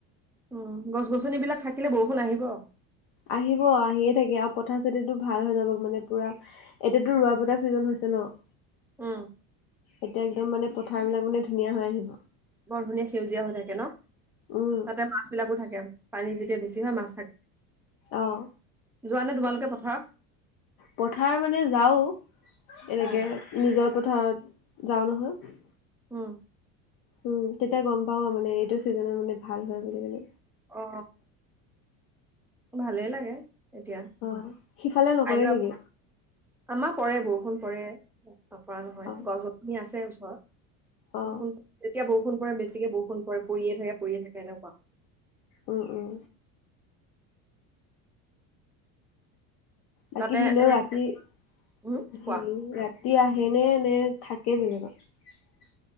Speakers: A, in the centre; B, on the left (about 65°).
A: উম গছ গছনি বিলাক থাকিলে বৰষুণ আহিব আৰু
B: আহিব আহিয়ে থাকে আৰু পথাৰ চথাৰ ভাল হৈ যাব মানে পুৰা। এতিয়াতো ৰোৱা বতা ছিজন হৈছে নহঁ
A: ওহঁ
B: এতিয়া একদম মানে পথাৰ বিলাক মানে ধুনীয়া হৈ আহিব
A: বৰ ধুনীয়া সেউজীয়া হৈ থাকে ন?
B: উম
A: তাতে মাছ বিলাকো থাকে। পানী যেতিয়া বেছি হয় মাছ থাকে।
B: অহঁ।
A: যোৱা নে তোমালোকে পথাৰত।
B: পথাৰ মানে যাওঁ এনেকে
A: উম,
B: নিজৰ পথাৰত যাওঁ নহয়।
A: উম।
B: উম তেতিয়া গম পাও মানে এইটো চিজনত মানে ভাল হয় বুলি ক'লে।
A: অ ভালেই লাগে। এতিয়া
B: অ সিফালে নকৰে
A: কাইলৈ
B: নেকি
A: আকৌ আমাৰ পৰে বৰষুণ পৰে। নপৰা নহয়
B: অ
A: গছ গছনি আছে ওচৰত
B: অ
A: এতিয়া বৰষুণ পৰে বেছিকে বৰষুণ পৰে পৰিয়ে থাকে পৰিয়ে থাকে এনেকুৱা
B: উম উম। বাকী
A: তাতে
B: ভিনদেউ
A: এনে
B: ৰাতি
A: উম,
B: ৰাতি
A: কোৱা,
B: ৰাতি আহেনে নে থাকে বেলেগত।